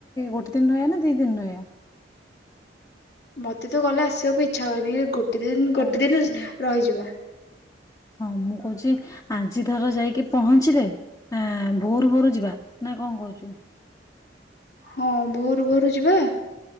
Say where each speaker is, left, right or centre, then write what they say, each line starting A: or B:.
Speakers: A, on the left (about 20°); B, on the left (about 70°).
A: ଗୋଟେ ଦିନ ରହିବା ନା ଦି ଦିନ ରହିବା।
B: ମତେ ତ ଗଲେ ଆସିବାକୁ ଇଚ୍ଛା ହୁଏନି ଗୋଟେ। ଗୋଟେ ଦିନ
A: ହଁ
B: ଗୋଟେ ଦିନ
A: ସେଇଆ
B: ରହିଯିବା।
A: ହଁ ମୁଁ କହୁଛି। ଆଜି ଥର ଯାଇକି ପହଞ୍ଚିଲେ ଭୋରୁ ଭୋରୁ ଯିବା ନା କଣ କହୁଛୁ?
B: ହଁ ଭୋରୁ ଭୋରୁ ଯିବା।